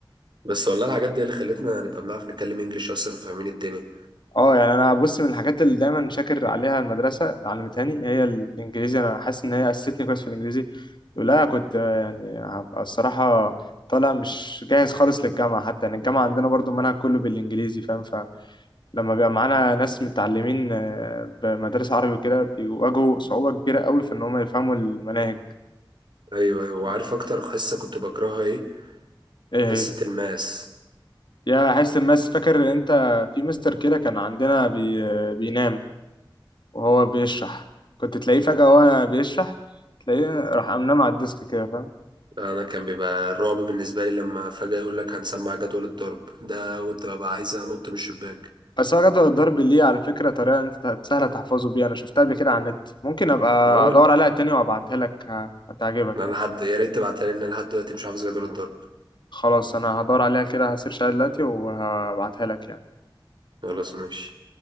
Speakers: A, on the right; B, on the left.
A: بس والله الحاجات دي اللي خلتنا نبقى بنعرف نتكلم انجليش اصلا وفاهمين الدنيا
B: اه يعني انا بص من الحاجات اللي دايما شاكر عليها المدرسه علمتهاني هي الانجليزي انا حاسس ان هي اسستني كويس في الانجليزي لولا كنت آه، يعني هبقى الصراحه طالع مش جاهز خالص للجامعه حتى يعني الجامعه عندنا برضو المنهج كله بالانجليزي فاهم فلما بيبقى معانا ناس متعلمين آه، بمدارس عربي وكده بيواجهوا صعوبه كبيره قوي في ان هم يفهموا المناهج
A: ايوه ايوه وعارف اكتر حصه كنت بكرهها ايه
B: ايه
A: حصه
B: هي
A: الماس
B: يا حس الماس فاكر انت في مستر كده كان عندنا بي... آه، بينام وهو بيشرح كنت تلاقيه فجأة وهو بيشرح تلاقيه راح قام نام على الديسك كده فاهم
A: انا كان بيبقى الرعب بالنسبه لي لما فجاه يقول لك هنسمع جدول الضرب ده كنت ببقى عايز انط من الشباك
B: بس هو جدول الضرب ليه على فكرة طريقة إن أنت سهلة تحفظه بيها أنا شفتها قبل كده على النت ممكن أبقى
A: ما هو
B: أدور
A: لا.
B: عليها تاني وأبعتها لك ه- هتعجبك
A: ما انا
B: يعني
A: لحد يا ريت تبعتها لي ان أنا لحد دلوقتي مش حافظ جدول الضرب
B: خلاص أنا هدور عليها كده هسيرش عليها دلوقتي وهبعتها لك يعني
A: خلاص ماشي